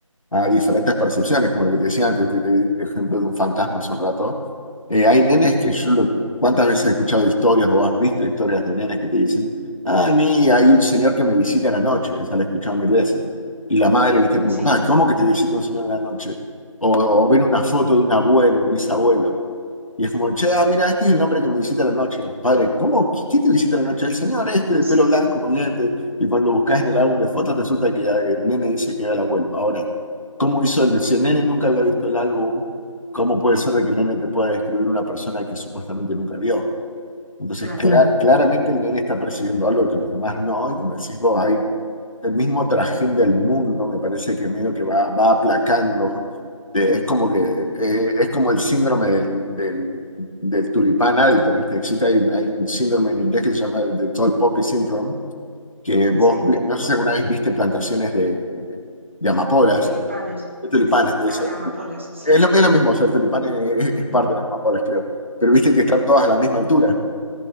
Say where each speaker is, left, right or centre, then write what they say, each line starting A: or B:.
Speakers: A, on the left; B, on the right.
A: a diferentes percepciones, como lo que te decía antes, que te di el ejemplo de un fantasma hace un rato eh, hay nenes que yo lo, ¿cuántas veces he escuchado de historias o has visto historias de nenes que te dicen, ah, a mí hay un señor que me visita en la noche, esa la he escuchado mil veces. Y la madre,
B: <laughs> Ujú,
A: viste, preocupada,
B: Sí,
A: ¿cómo que te visita un señor en la noche? O, o ven una foto de un abuelo, un bisabuelo. Y es como, che, ah, mira, este es el nombre que me visita a la noche. Y los padres, ¿cómo? ¿Qui- ¿Quién te visita a la noche? El señor este de
B: sí,
A: pelo blanco con lentes. Y cuando buscas en el álbum de fotos, resulta que ah, el nene dice que era el abuelo. Ahora, ¿cómo hizo el, si el nene nunca había visto el álbum, ¿cómo puede ser de que el nene te pueda describir una persona que supuestamente nunca vio? Entonces,
B: claro,
A: cla- Claro. claramente el nene está percibiendo algo que los demás no. Y como decís vos, hay el mismo trajín del mundo, me parece que medio que va, va aplacando. Eh, es como que eh, es como el síndrome del, del, del tulipán alto, ¿viste? Existe, hay, un hay un síndrome en inglés que se llama el de Tall Poppy Syndrome, que vos,
B: sí.
A: vi- no sé si alguna vez viste plantaciones de, de amapolas,
B: De tulipanes,
A: de tulipanes,
B: eh, sí.
A: de
B: Ah,
A: eso.
B: de amapolas, sí.
A: Es lo, es lo mismo, o sea, el tulipán es, es
B: Mm,
A: parte de las amapolas, creo. Pero viste
B: mm.
A: que están todas a la misma altura.